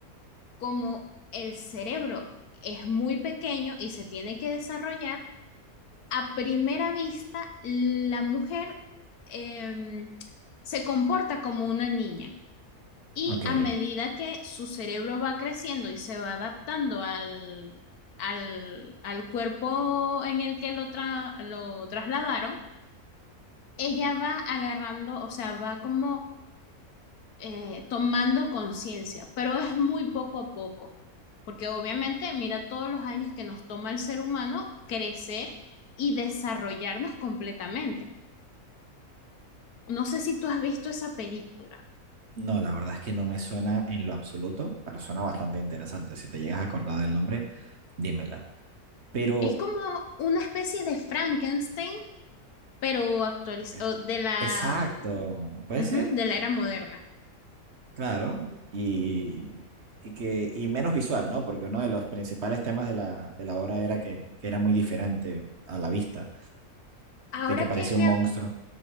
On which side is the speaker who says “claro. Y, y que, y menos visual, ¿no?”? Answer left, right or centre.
Right